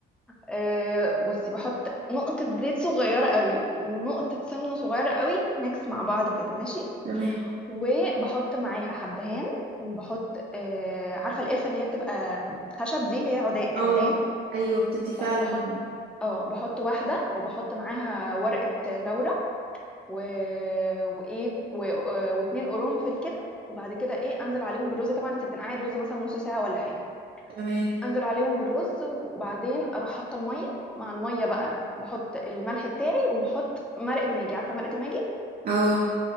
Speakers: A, in the centre; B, on the right (about 50°).
A: أه بصي بحط نقطه زيت صغيره قوي ونقطه سمنه صغيره قوي ميكس مع بعض كده ماشي
B: تمام
A: وبحط معاها حبهان وبحط آه عارفه القرفه اللي هي بتبقى خشب دي اللي هي عدا- عيدان
B: اه ايوه بتدي فعلا
A: ب- بحط اه بحط واحده وبحط معاها ورقه لورا و... وايه و... آه، واتنين قرنفل كده وبعد كده ايه انزل عليهم بالرز طبعا انت بتنقعي الرز مثلا نص ساعه ولا حاجه
B: تمام
A: انزل عليهم بالرز وبعدين اروح حاطه الميه مع الميه بقى بحط الملح بتاعي وبحط مرقه ماجي عارفه مرقه الماجي
B: اه